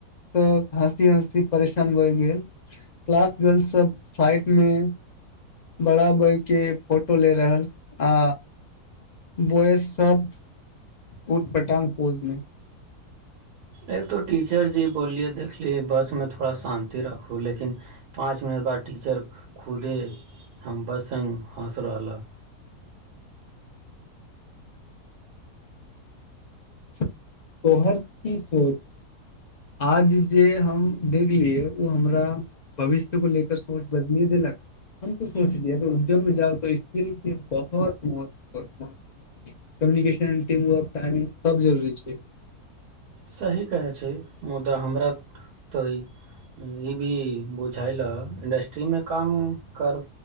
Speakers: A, on the left; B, on the right.
A: तऽ हँसी हसी परेशान भए गेल क्लास गर्ल सब साइड मे बड़ा बइ के फोटो ले रहल आ बोय सब उट पटांग पोज मे।
B: एक तऽ टीचर जी बोललियै देखलियी बसमे थोड़ा शान्ति राखू लेकिन पाँच मिनट बाद टीचर खुदे हम बस सङ्ग हँस रहल ह।
A: तोहर की सोच आज जे हम देखलियै ओ हमरा। भविष्य को लर सोच बदलिए देलक। हम तो सोचलिय अगर उद्योगमे जाउ त स्किलके बहुत म महत कम्युनिकेशन टीम वर्क टाइमिंग। सब जरूरी छै।
B: सही कहै छै मुदा हमरा तऽ ई भी बुझायलए। इंडस्ट्रीमे काम कर